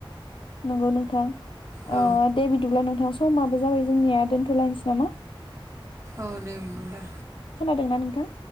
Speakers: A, on the left (about 70°); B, on the right (about 30°).
A: नंगौ नोंथां।
B: औ
A: अ' दे बिदिब्ला नोंथां स- -समाबो जाबाय जोंनिया दोनथ'लायनोसै नामा?
B: औ दे बिदिब्ला।
A: -दोंना नोंथां?